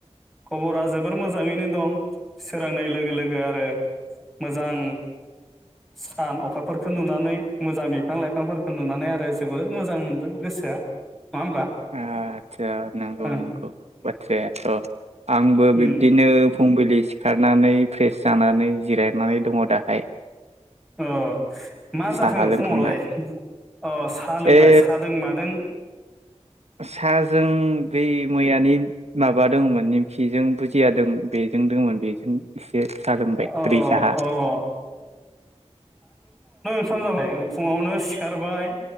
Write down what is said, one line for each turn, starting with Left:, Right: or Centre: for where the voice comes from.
Centre: खबरा जोबोर मोजांङैनो दं सोर फोरोंनाय लोगो लोगो आरो मोजां सान अखाफोरखौ नुनानै मोजां बिफां लाइफांफोर उन्दुनानै आरो जोबोर मोजां मोनदों गोसोआ। होमब्ला
Right: आतचा नंगौ
Centre: ओं
Right: नंगौ। बाथ्रायाथ'। आंबो
Centre: उम
Right: बिब्दिनो फुंबिलि सिखारनानै फ्रेस जानानै जिरायनानै दङ दाहाय।
Centre: अह मा जाखो
Right: साहा लोंखांना
Centre: फुङावलाय? अह सा लोंबाय।
Right: ए
Centre: सादों मादों
Right: साहाजों बै मैयानि माबा दोंङोमोन नेमखिजों बुजियादों बेजों दोङोमोन बेजों जों एसे सा लोंबाय
Centre: अ
Right: गोदै साहा।
Centre: अ खाम जाबाय? फुङावनो सिखारबाय